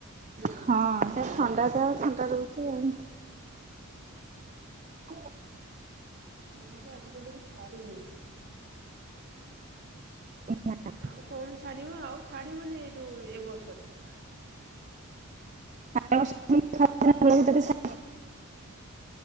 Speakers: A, on the right (about 35°); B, on the right (about 50°).
A: ହଁ ଯ ଥଣ୍ଡା ଯ ଥଣ୍ଡା ରହୁଛି ଆଉ। <unintelligible>
B: ଥଣ୍ଡା ତ ଆଜି ପର୍ଯ୍ୟନ୍ତ ବି ଛାଡିିନି
A: <unintelligible>
B: ଆଉ କଣ ଛାଡ଼ିବ ଆଉ ଛାଡ଼ିବନି ଏଇ ଯେଉଁ ଏ ବର୍ଷରେ?
A: <unintelligible> <unintelligible>